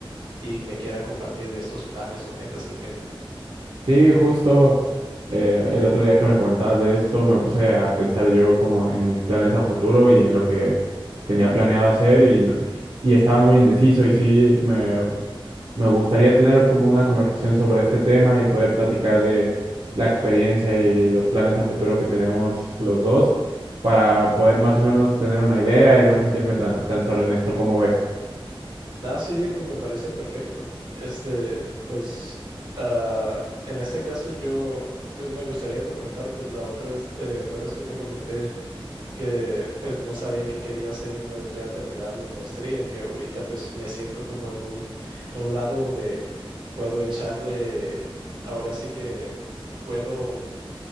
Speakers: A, on the right (about 50°); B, on the right (about 75°).
A: y me quiera compartir de estos planes o metas que tienes.
B: Sí, justo eh, el otro día que me comentabas de esto, me puse a pensar yo como en mis planes a futuro y en lo que tenía planeado hacer y, no- y, y estaba muy indeciso y sí, me, me gustaría tener como una conversación sobre este tema y poder platicar de la experiencia y los planes a futuro que tenemos los dos para poder más o menos tener una idea y no sentirme tan, tan solo en esto, ¿cómo ves?
A: Nada, sí, hijo, me parece perfecto. Este, pues, ah, en este caso yo, pues me gustaría comentarte, la otra vez, ¿te acuerdas que te comenté que pues no sabía qué quería hacer una vez ya terminara mi maestría, que ahorita pues me siento como en un, en un lado donde puedo echarle, ahora sí que puedo,